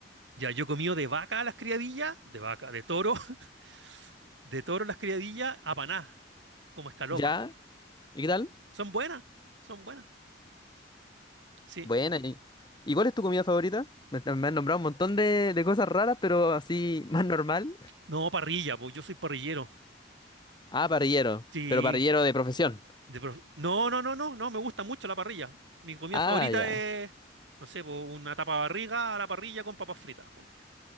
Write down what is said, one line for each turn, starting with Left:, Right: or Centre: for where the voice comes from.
Right: Ya, yo he comido de vaca las criadillas, de vaca, de toro, <laughs> de toro las criadillas, apaná, como escalopa.
Left: ¿Ya? ¿Y qué tal?
Right: Son buenas, son buenas. Sí.
Left: Buena. ¿Y y cuál es tu comida favorita? Me, me han nombrado un montón de, de cosas raras, pero así <laughs> más normal.
Right: No, parrilla, pues yo soy parrillero.
Left: Ah, parrillero.
Right: Sí.
Left: Pero parrillero de profesión.
Right: de prof- No, no, no, no, no, me gusta mucho la parrilla. Mi comida
Left: Ah,
Right: favorita
Left: ya.
Right: es, no sé, pues, una tapa barriga a la parrilla con papas fritas, ponte.